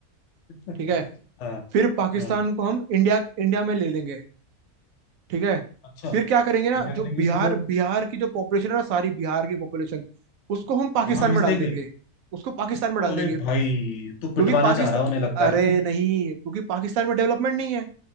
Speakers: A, on the left; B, on the right.
A: <laughs>
B: ठीक है
A: हाँ
B: फिर पाकिस्तान
A: हाँ
B: को हम इंडिया इंडिया में ले लेंगे ठीक है
A: अच्छा
B: फिर
A: फिर
B: क्या करेंगे ना
A: क्या
B: जो
A: करेंगे
B: बिहार
A: उसके साथ
B: बिहार की जो पॉपुलेशन है ना सारी बिहार की पॉपुलेशन उसको हम पाकिस्तान
A: वहां भेज
B: में डाल
A: देंगे
B: देंगे उसको पाकिस्तान में डाल
A: अरे
B: देंगे
A: भाई
B: क्योंकि
A: तू पिटवाना
B: पाकिस्तान
A: चाह रहा है उन्हें लगता
B: अरे
A: है
B: नहीं क्योंकि पाकिस्तान में डेवलपमेंट नहीं है